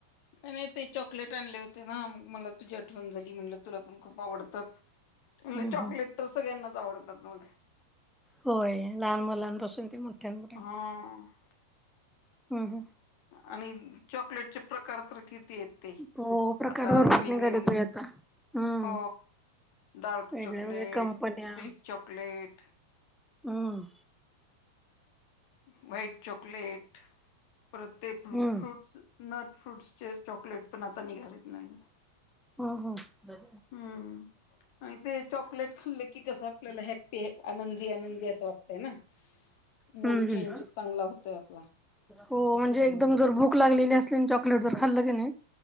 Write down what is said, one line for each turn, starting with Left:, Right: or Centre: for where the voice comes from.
Left: काय नाही ते चॉकलेट आणले होते ना मग मला तुझी आठवण झाली म्हणटलं तुला पण खूप आवडतच म्ह
Centre: हम्म
Left: चॉकलेट
Centre: हम्म.
Left: तर सगळ्यांनाच आवडतात मग
Centre: होय लहान मुलांपासून ते मोठ्यांपर्यंत
Left: हा
Centre: हम् हम
Left: आणि चॉकलेटचे प्रकार तर किती आहेत ते
Centre: हो प्रकार
Left: आता
Centre: भरपूर
Left: नवीन
Centre: निघाले
Left: नवीन
Centre: बाई आता हम्म.
Left: हो डार्क
Centre: वेगळ्या
Left: चॉकलेट
Centre: वेगळ्या कंपन्या
Left: मिल्क चॉकलेट
Centre: हम्
Left: व्हाईट चॉकलेट प्रत्येक
Centre: हम्म
Left: फ्रूट्स नट फ्रूट्सचे चॉकलेट पण आता निघालेत नवीन
Centre: ह ह
Left: हम्म आणि ते चॉकलेट खाल्लं कि कस आपल्याला हॅप्पी आनंदी आनंदी असं वाटतय ना मूड
Centre: हम्म
Left: चेंज
Centre: हम्म.
Left: चांगला होतय आपला
Centre: हो म्हणजे भूक लागलेली असली चाँकलेट जर खाल्लं कि नाही